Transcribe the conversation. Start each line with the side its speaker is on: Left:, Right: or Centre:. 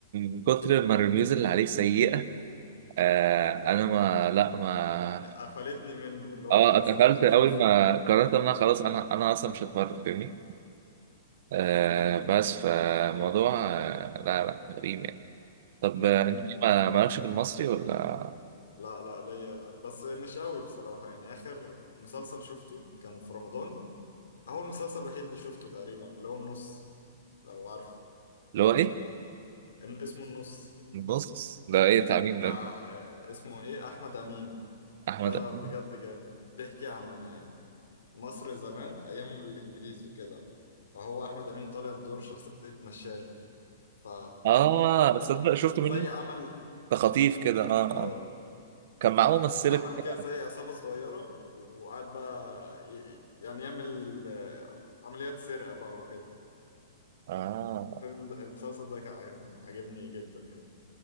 Right: من كتر ما الريفيوز اللي عليه سيئه آه انا ما لا ما
Left: قفلتني منه اللي هو
Right: اه
Left: خلاص
Right: اتقفلت
Left: انا مش هشوف
Right: قوي ما قررت ان انا خلاص انا انا اصلا مش هتفرج فاهمني آه بس فالموضوع آه لا لا غريب يعني طب آه،
Left: مم.
Right: انت ما مالكش في المصري ولا
Left: لا لا ليا بس مش قوي بصراحة يعني اخر مسلسل شفته كان في رمضان هو المسلسل الوحيد اللي شفته تقريبا اللي هو النص لو عارف
Right: اللي هو ايه؟
Left: إن- اسمه النص
Right: النص ده ايه بتاع مين
Left: بتاع
Right: ده؟
Left: آه، اسمه ايه احمد امين
Right: احمد
Left: ده
Right: أمين؟
Left: بجد جامد بيحكي عن مصر زمان أيام الإنجليز وكده فهو أحمد أمين طالع بدور شخصية نشال ف
Right: اه تصدق شفت
Left: زي
Right: منه
Left: عمل
Right: ده خطيف كده اه
Left: اه
Right: اه كان معاه ممثلة
Left: عمل
Right: كده.
Left: كده زي عصابة صغيرة وقعد بقى ي- يعني يعمل آه، عمليات سرقة بقى وكده
Right: اه
Left: الفيلم ده المسلسل ده كان عجب- عجبني جدا يعني